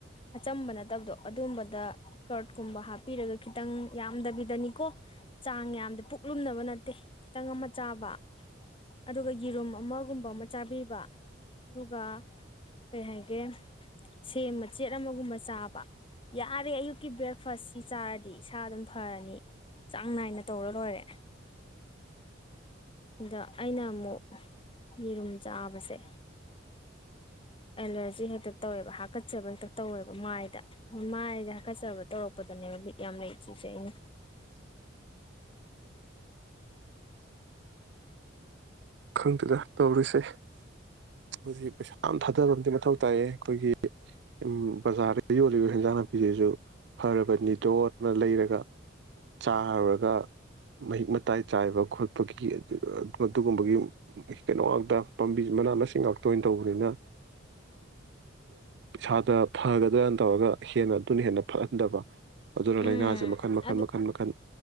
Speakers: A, on the left; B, on the right.
A: ꯑꯆꯝꯕ ꯅꯠꯇꯕꯗꯣ ꯑꯗꯨꯝꯕꯗ ꯀꯔꯠꯀꯨꯝꯕ ꯍꯥꯞ ꯍꯥꯞꯄꯤꯔꯒ ꯈꯤꯇꯪ ꯌꯥꯝꯗꯕꯤꯗꯅꯤꯀꯣ ꯆꯥꯡ ꯌꯥꯝꯗ ꯄꯨꯛꯂꯨꯝꯅꯕ ꯅꯠꯇꯦ ꯈꯤꯇꯪ ꯑꯃ ꯆꯥꯕ ꯑꯗꯨꯒ ꯌꯦꯔꯨꯝ ꯑꯃꯒꯨꯝꯕ ꯑꯃ ꯆꯥꯕꯤꯕ ꯑꯗꯨꯒ ꯀꯩ ꯍꯥꯏꯒꯦ ꯁꯦꯝ ꯃꯆꯦꯠ ꯑꯃꯒꯨꯝꯕ ꯆꯥꯕ ꯌꯥꯔꯦ ꯑꯌꯨꯛꯀꯤ ꯕ꯭ꯔꯦꯛꯐꯥꯁ ꯆꯥꯔꯗꯤ ꯏꯁꯥ ꯑꯗꯨꯝ ꯐꯔꯅꯤ ꯆꯥꯡ ꯅꯥꯏꯅ ꯇꯧꯔ ꯂꯣꯏꯔꯦ ꯑꯗ ꯑꯩꯅ ꯑꯃꯨꯛ ꯌꯦꯔꯨꯝ ꯆꯥꯕꯁꯦ ꯑꯦꯂꯔꯖꯤ ꯍꯦꯛꯇ ꯇꯧꯋꯦꯕ ꯍꯥꯀꯠꯆꯕ ꯍꯦꯛꯇ ꯇꯧꯋꯦꯕ ꯃꯥꯏꯗ ꯃꯥꯏꯁ ꯍꯥꯀꯠꯆꯕ ꯇꯧꯔꯛꯄꯗꯅꯦꯕ ꯂꯤꯠ ꯌꯥꯝ ꯂꯩ ꯁꯤꯁꯦ ꯑꯩꯅ
B: ꯈꯡꯗꯅ ꯇꯧꯔꯤꯁꯦ ꯍꯧꯖꯤꯛ ꯄꯩꯁꯝ ꯊꯥꯗꯕ ꯑꯃꯗꯤ ꯃꯊꯧ ꯇꯥꯏꯌꯦ ꯑꯩꯈꯣꯏꯒꯤ ꯎ ꯕꯖꯥꯔꯗ ꯌꯣꯂꯤꯕꯥ ꯍꯦꯟꯖꯥꯡ ꯅꯥ ꯐꯤꯖꯦꯁꯨ ꯐꯔꯕꯅꯤ ꯗꯣꯠ ꯂꯩꯔꯒ ꯆꯥꯔꯨꯔꯒ ꯃꯍꯤꯛ ꯃꯇꯥꯏ ꯆꯥꯏꯕ ꯈꯣꯠꯄꯒꯤ ꯃꯗꯨꯨꯝꯕꯒꯤ ꯑꯃꯨꯛ ꯀꯩꯅꯣ ꯑꯗꯥꯛ ꯄꯥꯝꯕꯤꯁꯤ ꯃꯅꯥ ꯃꯁꯤꯡ ꯉꯥꯛꯇ ꯑꯣꯏꯅ ꯇꯧꯕꯅꯤꯅ ꯏꯁꯥꯗ ꯐꯒꯗ꯭ꯔꯅ ꯇꯧꯔꯒ ꯍꯦꯟꯅ ꯑꯗꯨꯅ ꯍꯦꯟꯅ ꯐꯍꯟꯗꯕ ꯑꯗꯨꯅ
A: ꯎꯝ
B: ꯂꯥꯏꯅꯥꯁꯦ ꯃꯈꯜ ꯃꯈꯜ
A: ꯑꯗꯨ
B: ꯃꯈꯜ ꯃꯈꯜ